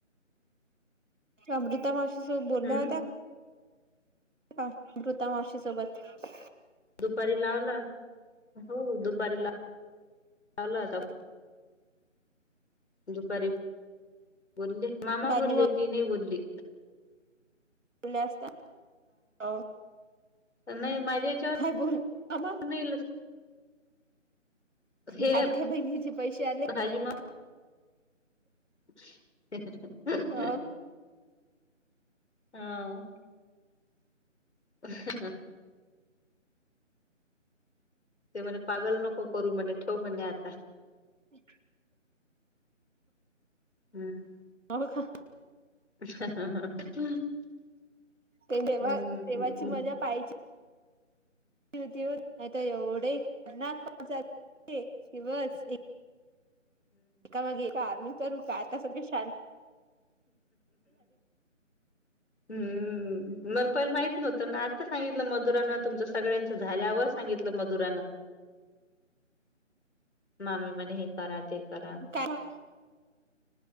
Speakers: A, on the right; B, on the left.
A: त्या अमृता मावशी सोबत बोलल्या
B: हम्
A: होत्यात. अमृता मावशी मावशी सोबत.
B: दुपारी लावला. हो दुपारी ला लावला होता फोन. दुपारी बोलले. मामा
A: बादली
B: बोलले
A: मावशी
B: मी नाही बोलली.
A: <unintelligible> हो
B: नाही माझ्या याच्यावर
A: काय बोलू मामा
B: नाही हे
A: लाडक्या बहिणीचे पैसे आले.
B: <unintelligible> <inaudible>
A: हो
B: हा. <inaudible> ते म्हने पागल नको करू म्हणे ठेव म्हणे आता.
A: <inaudible>
B: हम्म.
A: हो का?
B: <inaudible>
A: तेव्हा
B: हम्म
A: तेव्हाची मजा पाहिची. <unintelligible> एका मागे एक <unintelligible> आता सगळे शां
B: हम्म मला पहिल माहित नव्हत ना आता सांगितल मधुरान तुमच सगळ्यांच झाल्यावर सांगितल मधुरान. मामी म्हणे हे करा ते करा.
A: काय?